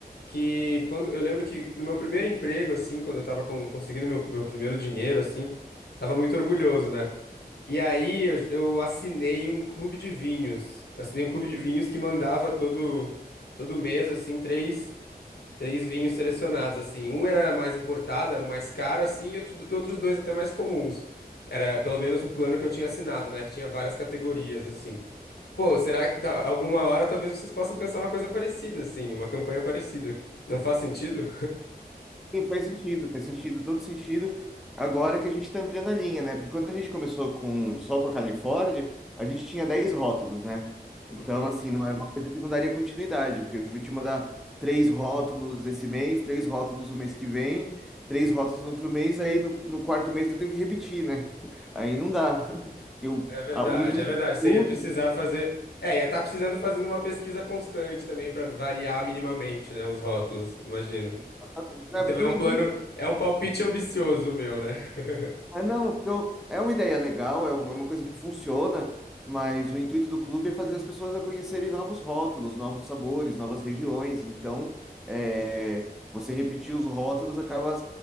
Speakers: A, on the left (about 80°); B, in the centre.
A: Que quando, eu lembro que no meu primeiro emprego, assim, quando eu tava com- conseguindo meu, meu primeiro dinheiro, assim, tava muito orgulhoso, né? E aí eu, eu assinei um clube de vinhos. Assinei um clube de vinhos que mandava todo, todo mês, assim, três. Três vinhos selecionados, assim. Um era mais importado, era um mais caro, assim, e outro- outros dois até mais comuns. Era pelo menos o plano que eu tinha assinado, né? Que tinha várias categorias, assim. Pô, será que ta- alguma hora talvez vocês possam pensar uma coisa parecida, assim, uma campanha parecida? Não faz sentido?
B: Sim, faz sentido, faz sentido, todo sentido. Agora que a gente está ampliando a linha, né? Porque quando a gente começou com só com a Califórnia, a gente tinha 10 rótulos, né?
A: Uhum.
B: Então, assim, não é uma coisa que não daria continuidade, porque eu vou te mandar três rótulos esse mês, três rótulos o mês que vem, três rótulos no outro mês, aí no, no quarto mês eu tenho que repetir, né? <laughs> Aí não dá. <laughs> Porque o,
A: É verdade,
B: a- o intuito
A: é verdade.
B: de
A: Você
B: tudo,
A: ia precisar fazer. É, ia estar precisando fazendo uma pesquisa constante também para variar minimamente, né? Os rótulos, imagino.
B: exatamente, né?
A: Então
B: Porque
A: é
B: o
A: um
B: intuito
A: plano, é um palpite ambicioso meu, né? <laughs>
B: É, não, eu, é uma ideia legal, é uma é uma coisa que funciona, mas o intuito do clube é fazer as pessoas a conhecerem novos rótulos, novos sabores, novas regiões. Então, é, você repetir os rótulos acaba